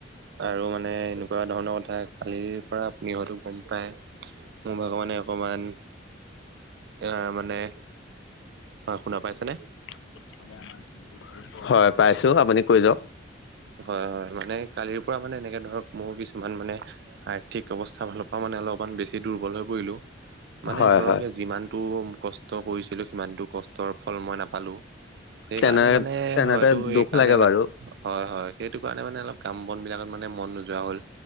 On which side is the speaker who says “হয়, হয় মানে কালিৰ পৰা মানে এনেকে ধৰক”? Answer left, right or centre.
Right